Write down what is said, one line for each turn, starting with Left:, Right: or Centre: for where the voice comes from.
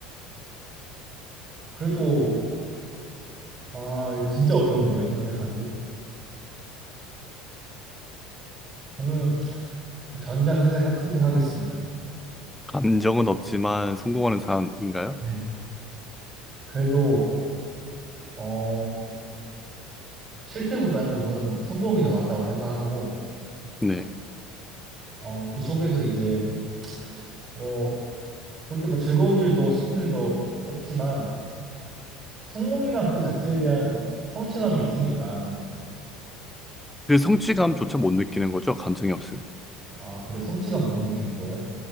Right: 그래도 아, 이거 진짜 어려운데요, 선택하기. 저는 전자 선택, 선택하겠습니다.
Centre: 감정은 없지만 성공하는 삶인가요?
Right: 네. 그래도 어, 실패보다는 우선 성공이 더 낫다고 생각하고
Centre: 네.
Right: 어, 그 속에서 이제 뭐 그렇게 뭐 즐거운 일도 슬픈 일도 없지만 성몽이란 그 자체에 대한 성취감이 있으니까
Centre: 그 성취감조차 못 느끼는 거죠. 감정이 없으면.
Right: 아, 그래 성취감 너무 느끼는 거예요?